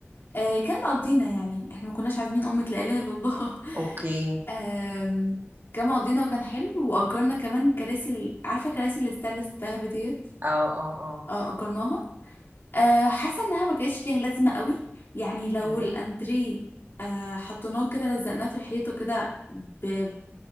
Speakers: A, on the left; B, on the right.
A: آه كان مقضينا يعني احنا ما كناش عازمين أمة لا إله إلا الله <laughs>
B: اوكي
A: آم، كان مقضينا وكان حلو وأجرنا كمان كراسي ال- عارفة كراسي الستانلس الدهب ديت
B: اه اه اه
A: اه أجرناها آه حاسة إنها ما كانتش ليها لازمة قوي يعني لو
B: م.
A: الأنتريه آه حطيناه كده لزقناه في الحيطة كده ب-